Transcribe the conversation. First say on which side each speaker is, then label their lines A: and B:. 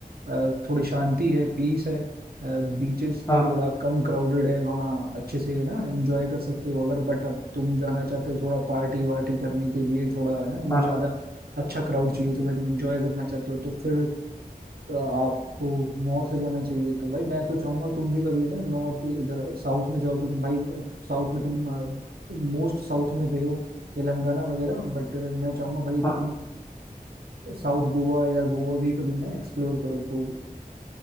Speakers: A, on the right; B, on the left.
A: अ, थोड़ी शांति है पीस है बीचेस
B: हाँ
A: थोड़ा कम क्राउडेड है वहाँ अच्छे से है ना एंजॉय कर सकते हो अगर बट अब तुम जाना चाहते हो थोड़ा पार्टी वार्टी करने के लिए थोड़ा है ना
B: हाँ
A: ज़्यादा
B: हाँ
A: अच्छा क्राउड चाहिए तुम्हें तुम एंजॉय करना चाहते हो तो फिर तो आपको नॉर्थ जाना चाहिए तो भाई मैं तो चाहूंगा तुम भी कभी है ना नॉर्थ इधर साउथ में जाओ तो तुम भाई साउथ में तुम मोस्ट साउथ में गए हो तेलंगाना वगैरह बट मैं चाहूंगा भाई इधर
B: हाँ
A: तुम साउथ गोवा या गोवा भी कभी ना एक्सप्लोर करो तो